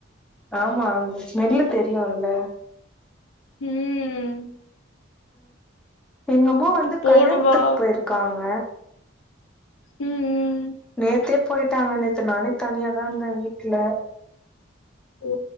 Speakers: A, in the centre; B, on the left.
A: ஆமா அந்த ஸ்மெல்லு தெரியும்ல்ல
B: உம்
A: எங்க அம்மா
B: இப்ப
A: வந்து
B: போனவா
A: கல்யாணத்துக்கு போயிருக்காங்க
B: உம் உம்
A: நேத்தே போயிட்டாங்க நேத்து நானே தனியாதா இருந்தேன் வீட்டுல
B: ஓ